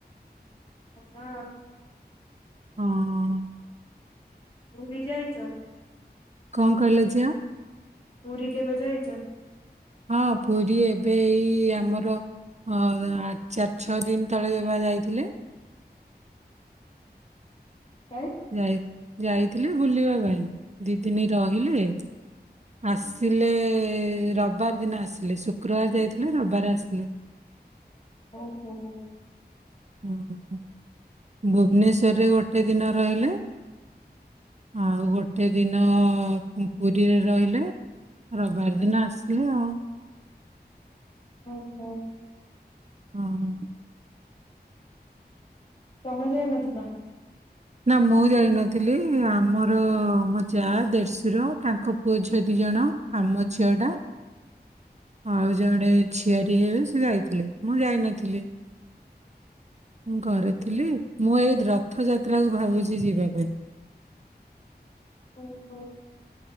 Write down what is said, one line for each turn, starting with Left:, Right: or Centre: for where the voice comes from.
Left: ବଢିଆ ଆଉ।
Right: ହଁ।
Left: ପୁରୀ ଯାଇଚ?
Right: କଁ କହିଲ ଝିଅ?
Left: ପୁରୀ କେବେ ଯାଇଚ?
Right: ହଁ ପୁରୀ ଏବେ ଏଇ ଆମର ହ ଆ ଚାରି ଛଅ ଦିନ ତଳେ ଇଏ ବା ଯାଇଥିଲେ।
Left: କାଇଁ?
Right: ଯାଇ ଯାଇଥିଲେ ବୁଲିବା ପାଇଁ ଦି ଦିନି ରହିଲେ ଆସିଲେ ରବିବାର ଦିନ ଆସିଲେ, ଶୁକ୍ରବାର ଯାଇଥିଲେ ରବିବାର ଆସିଲେ।
Left: ଓହୋ।
Right: ହୁଁ ଭୁବନେଶ୍ୱରରେ ଗୋଟେ ଦିନ ରହିଲେ। ଆଉ ଗୋ ଗୋଟେ ଦିନ ପୁରୀରେ ରହିଲେ, ରବିବାର ଦିନ ଆସିଲେ ଆଉ।
Left: ଓହୋ।
Right: ହଁ।
Left: ତମେ ଯାଇ ନଥିଲ?
Right: ନା ମୁଁ ଯାଇ ନଥିଲି, ଆମର ମୋ ଯା, ଦେଢଶୂର ତାଙ୍କ ପୁଅ ଝିଅ ଦି ଜଣ। ଆମ ଝିଅଟା।
Left: <inaudible>
Right: ଆଉ ଜଣେ ଝିଆରୀ ହେବେ ସେ ଯାଇଥିଲେ, ମୁଁ ଯାଇନଥିଲି। ମୁଁ ଘରେ ଥିଲି, ମୁଁ ଏଇ ରଥଯାତ୍ରାକୁ ଭାବୁଚି ଯିବା ପାଇଁ।
Left: ଓହୋ।